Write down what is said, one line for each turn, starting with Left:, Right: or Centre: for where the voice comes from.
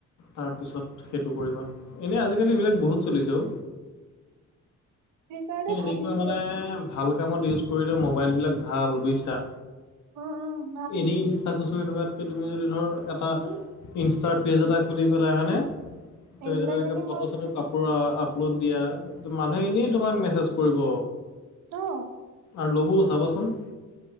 Left: তাৰপিছত সেইটো কৰিবা, এনেই আজিকালি এইবিলাক বহুত চলিছে অ',
Right: সেইকাৰণে
Left: এনেকুৱা
Right: ভাবিছো
Left: মানে ভাল কামত ইউজ কৰিলে মোবাইলবিলাক ভাল বুজিছা।
Right: অ', অ',
Left: এনেই ইনষ্টা খুঁচৰি থকাতকৈ তুমি যদি ধৰ এটা
Right: এই
Left: ইনষ্টাৰ পেজ এটা খুলি পেলাই হয় নে, তুমি
Right: এইবিলাক
Left: যদি এনেকে ফটো
Right: মই
Left: চটো
Right: তোমাৰ
Left: পুৰা আপলোড দিয়া মানুহে এনেই তোমাক মেছেজ কৰিব।
Right: অ
Left: আৰু ল'বও চাবাচোন।